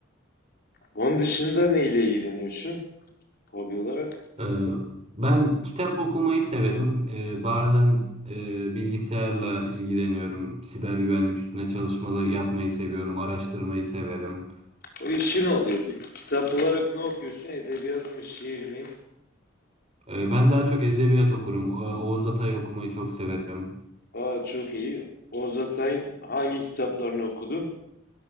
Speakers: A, on the left; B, on the right.
A: Onun dışında neyle ilgileniyorsun hobi olarak?
B: Ee, ben kitap okumayı severim. Ee, bazen e, bilgisayarla ilgileniyorum. Siber güvenlik üstüne çalışmalar yapmayı seviyorum. Araştırmayı severim.
A: O işin oluyor. Bir, kitap olarak ne okuyorsun? Edebiyat mı, şiir mi?
B: Ee, ben daha çok edebiyat okurum. Ee, Oğuz Atay okumayı çok severim.
A: Aa çok iyi. Oğuz Atay'ın hangi kitaplarını okudun?